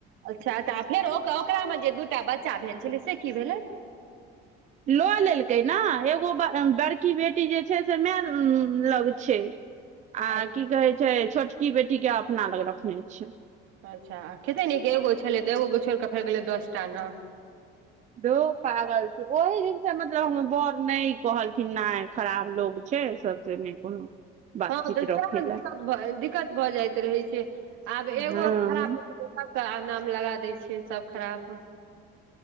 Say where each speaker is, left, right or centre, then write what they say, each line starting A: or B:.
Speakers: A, on the right; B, on the right.
A: अच्छा तऽ फेर ओकरा मे जे दूटा बच्चा भेल छलै से की भेलै
B: लऽ लेलकै न एगो बड़ बड़की बेटी जे छै से मैय लग छै आ
A: अच्छा
B: की कहै छै छोटकी बेटी के अपना लग रखने छिय
A: अच्छा खेते नऽ एगो छलै तऽ एोगो छोड़िकऽ फेर गेलै दस टा न
B: धौ पागल छै ओहि दिनसँ मतलब हम बर नै कहलखिन नै खराब लोग छै सब से नै कोनो बातचीत
A: हँ तऽ
B: रखे
A: सब ने दिक्कत
B: लए
A: दिक्कत भऽ जाइत रहे छै आब एगो
B: हँ
A: खराब सब के क नाम लगा दै छे सब खराब